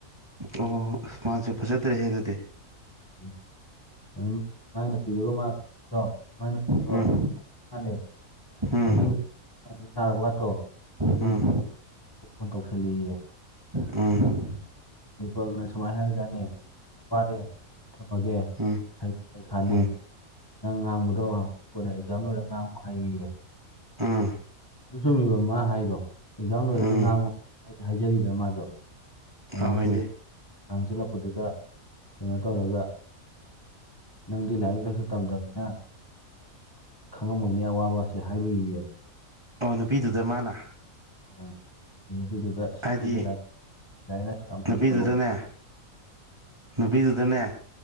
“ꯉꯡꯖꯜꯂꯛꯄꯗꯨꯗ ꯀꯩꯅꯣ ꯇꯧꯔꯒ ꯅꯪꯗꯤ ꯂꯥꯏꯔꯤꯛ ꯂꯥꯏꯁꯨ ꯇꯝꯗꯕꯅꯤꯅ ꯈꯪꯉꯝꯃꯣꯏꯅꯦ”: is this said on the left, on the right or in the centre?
Left